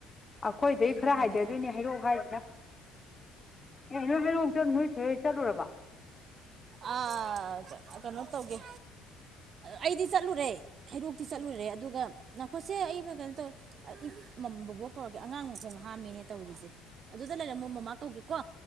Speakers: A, on the left; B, on the right.
A: ꯑꯩꯈꯣꯏ ꯗꯩ
B: ꯑꯩꯗꯣ
A: ꯈꯔ
B: ꯍꯪꯒꯦ
A: ꯍꯥꯏꯗꯗꯣꯏꯅꯦ
B: ꯇꯧ
A: ꯍꯩꯔꯣꯛ ꯍꯥꯏꯖꯤꯅꯥ ꯑꯦ ꯅꯣꯏ ꯂꯣꯏꯣꯛ ꯅꯣꯏ ꯊꯣꯏ ꯆꯠꯂꯨꯔꯕ
B: ꯑꯥ ꯀ_ ꯀꯩꯅꯣ ꯇꯧꯒꯦ꯫ ꯑꯩꯗꯤ ꯆꯠꯂꯨꯔꯦ ꯍꯩꯔꯣꯛꯇꯤ ꯆꯠꯂꯨꯔꯦ ꯑꯗꯨꯒ ꯅꯥꯈꯣꯠꯁꯦ ꯑꯩꯅ ꯀꯩꯅꯣ ꯇꯧꯋꯦ ꯑꯩꯌꯦ ꯃꯝ ꯕꯣꯕꯣꯛ ꯀꯧꯔꯛꯀꯦ ꯑꯉꯥꯡ ꯃꯈꯣꯡ ꯍꯥꯝꯃꯦꯅꯦ ꯇꯧꯔꯤꯁꯦ ꯑꯗꯨꯗ ꯂꯩꯔꯝꯃꯣ ꯃꯃꯥ ꯀꯧꯒꯦꯀꯣ꯫